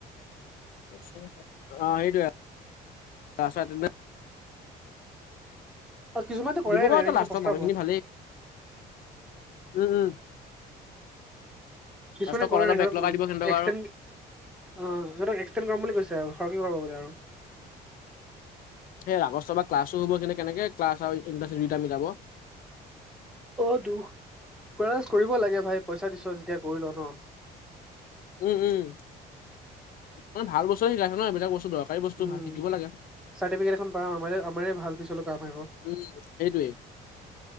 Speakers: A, on the left; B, in the centre.
A: অ, সেইটোৱে আৰু <unintelligible>
B: অ, কিছুমানতো কৰাই
A: দিব
B: নাই,
A: বাৰু
B: সিহঁতে
A: ত লাষ্টৰ
B: প্ৰস্তাব।
A: মানুহখিনি
B: অ'
A: ভালেই। উম উম
B: কিছুমানে
A: লাষ্টৰ
B: কৰা
A: কলেজৰ
B: নাই।
A: বেগ
B: ধৰক
A: লগাই দিব সিহঁতক
B: এক্সে
A: আৰু
B: অ, সিহঁতক এক্সটেণ্ড কৰাম বুলি কৈছে আৰু খৰকে কৰাব বোলে আৰু।
A: এ আগষ্টৰ পৰা ক্লাছো হ'ব, সি নো কেনেকে ক্লাছ আৰু ইনভাৰ্চিতি দুয়োটা মিলাব।
B: অ, দুখ তই কৰিব লাগে, ভাই পইচা দিছ যেতিয়া কৰি ল ন।
A: উম-উম মানে ভাল বস্তুৱে শিকাইছে ন, এইবিলাক বস্তু দৰকাৰী বস্তু
B: উম
A: শিকিব লাগে।
B: চাৰ্টিফিকেট এখন পাম, আমাৰে-আমাৰে ভাল, পিছলৈ কাম আহিব।
A: উম' সেইটোৱেই।